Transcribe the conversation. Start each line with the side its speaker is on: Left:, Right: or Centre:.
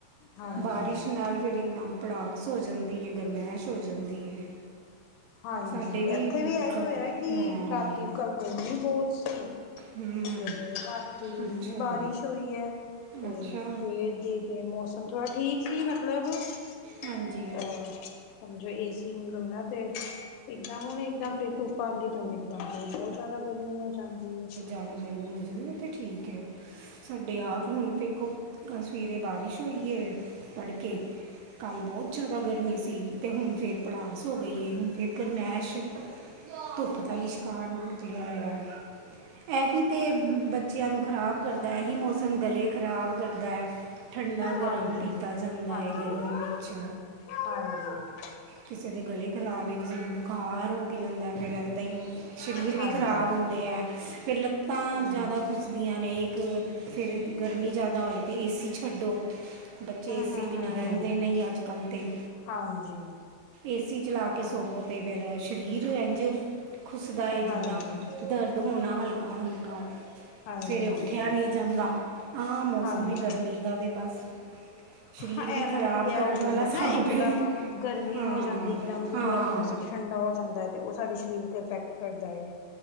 Left: ਹਾਂਜੀ
Right: ਬਾਰਿਸ਼ ਨਾਲ ਫਿਰ ਇੱਕਦਮ ਭੜਾਸ ਸ ਹੋ ਜਾਂਦੀ ਹੈ ਗਰਮੈਸ਼ ਹੋ ਜਾਂਦੀ ਹੈ
Left: ਹਾਂਜੀ
Right: ਸਾਡੇ
Left: ਇੱਥੇ ਵੀ ਇਹੀ
Right: ਕਬ-
Left: ਹੋਇਆ ਕਿ
Right: ਹਾਂ
Left: ਰਾਤੀ ਕਲ ਗਰਮੀ ਬਹੁਤ ਸੀ
Right: ਹੂੰ
Left: ਤੇ ਰਾਤੀ
Right: ਅੱਛਾ
Left: ਇੰਨੀ ਬਾਰਿਸ਼ ਹੋਈ ਹੈ ਤੇ
Right: ਅੱਛਾ
Left: ਸਵੇਰ ਦੀ ਤੇ ਮੌਸਮ ਥੋੜਾ ਠੀਕ ਸੀ ਮਤਲਬ ਅਹ
Right: ਹਾਂਜੀ
Left: ਸਮਝ ਏ ਸੀ ਮਿਲੋ ਨਾ ਤੇ ਇੱਕਦਮ ਉਹਨ ਇੱਕਦਮ ਫਿਰ ਤੂਫਾਨ ਦਿੱ ਤ ਬਹੁਤ ਜਿਆਦਾ ਗਰਮੀ ਹੋ ਜਾਂਦੀ ਹੈ
Right: ਜ਼ਣਾ ਗਰਮੀੀਆਂ ਸੀ ਤੇ ਠੀਕ ਹੈ ਸਾਡੇ ਆਪ ਹੁਣ ਵੇਖੋ ਸਵੇਰੇ ਬਾਰਿਸ਼ ਹੋਈ ਹੈ ਤੜਕੇ, ਕੱਲ੍ਹ ਬਹੁਤ ਜ਼ਿਆਦਾ ਗਰਮੀ ਸੀ ਅਤੇ ਹੁਣ ਫਿਰ ਪੜਾਸ ਹੋ ਗਈ ਹੈ ਹੁਣ ਇਕ ਗਰਮੈਸ਼ ਧੁੱਪ ਦਾ ਲਿਸ਼ਕਾਰਾਨ ਨਿਕਲਿਆ ਹੋਇਆ ਇਹੀ ਤਾਂ ਬੱਚਿਆਂ ਨੂੰ ਖ਼ਰਾਬ ਕਰਦਾ ਇਹੀ ਮੌਸਮ ਗਲੇ ਖ਼ਰਾਬ ਕਰਦਾ ਠੰਡਾ ਗਰਮ
Left: ਹਾਂਜੀ
Right: ਪੀਤਾ ਜਾਂਦਾ
Left: ਹਾਂਜੀ
Right: ਹੈ ਗਰਮੀ ਵਿੱਚ
Left: ਹਾਂਜੀ
Right: ਕਿਸੇ ਦੇ ਗਲੇ ਖਰਾਬ ਹੈ ਕਿਸੇ ਨੂੰ ਬੁਖਾਰ ਹੋ ਲਾਗੀ ਜਾਂਦਾ ਹੈ ਐਦਾ ਹੀ ਸ਼ਰੀਰ
Left: ਹਾਂਜੀ
Right: ਵਿ ਖਰਾਬ ਹੁੰਦੇ ਅ ਫਿਰ ਲੱਤਾਂ
Left: ਹੂੰ
Right: ਜ਼ਾਦਾ ਦੀਆਂ ਨੇ ਇੱਕ ਫਿਰ ਗਰਮੀ ਜ਼ਿਆਦਾ ਹੋਏ ਤੀ ਏ ਸੀ ਛੱਡੋ ਬੱਚੇ
Left: ਹੂੰ
Right: ਏ
Left: ਹੂੰ
Right: ਸੀ ਬਿਨਾਂ
Left: ਹੂੰ
Right: ਰਹਿੰਦੇ
Left: ਹੂੰ
Right: ਨਹੀਂ ਅੱਜ ਕੱਲ੍ਹ ਦੇ
Left: ਹਾਂਜੀ
Right: ਏਸੀ ਚਲਾ
Left: ਹਾਂ
Right: ਕੇ ਸੋਵੋ ਤੇ ਫਿਰ ਸਰੀਰ ਇੰਝ ਖੁਸਦਾ
Left: ਹਾਂਜੀ।
Right: ਜਿੱਦਾਂ ਦਰਦ ਹੋਣਾ ਹਲਕਾ ਹਲਕਾ
Left: ਹਾਂਜੀ
Right: ਸਵੇਰੇ
Left: ਹਾਂਜੀ
Right: ਉੱਠਿਆ ਨਹੀਂ ਜਾਂਦਾ ਹਾਂ ਮੌਸਮ
Left: ਹਾਂਜੀ
Right: ਹੈ ਗਰਮੀ ਦਾ ਤੇ ਬਸ ਸਰੀਰ
Left: ਹਾਂ,
Right: ਵੀ
Left: ਇਹ
Right: ਖਰਾਬ
Left: ਮਤਲਬ ਕੀ ਇਹ
Right: ਕਰਨ
Left: ਹੋ ਜਾਂਦਾ
Right: ਵਾਲਾ ਹਿਸਾਬ
Left: ਨਾ ਇਕਦਮ।
Right: ਹੈ
Left: ਗਰਮੀ
Right: ਹਾਂ
Left: ਹੋ ਜਾਂਦੀ ਇੱਕਦਮ
Right: ਹਾਂ
Left: ਥੋੜ੍ਹਾ ਮੌਸਮ ਠੰਡਾ ਹੋ ਜਾਂਦਾ ਅਤੇ ਉਹ ਸਾਡੇ ਸਰੀਰ 'ਤੇ ਅਫੈਕਟ ਕਰਦਾ ਏ।